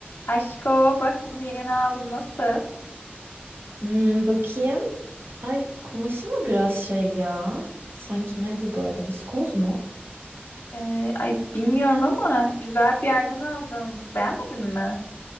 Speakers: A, on the left; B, on the right.
A: Aşko bak bunu yeni aldım nasıl?
B: Hmm, bakayım. Ay kumaşı mı biraz şey ya? Sanki ne bu böyle viskoz mu?
A: Ee, ay bilmiyorum ama güzel bir yerden aldım. Beğenmedin mi?